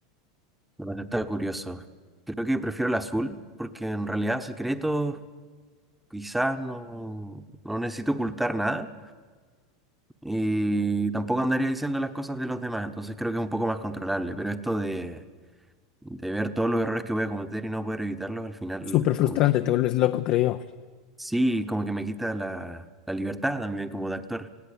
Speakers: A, in the centre; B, on the left.
A: bueno, está curioso. Creo que prefiero el azul porque en realidad secretos quizás no, no necesito ocultar nada y tampoco andaría diciendo las cosas de los demás, entonces creo que es un poco más controlable. Pero esto de, de ver todos los errores que voy a cometer y no poder evitarlos, al final
B: Súper frustrante,
A: como
B: te vuelves loco, creo. yo.
A: Sí, como que me quita la, la libertad también como de actor.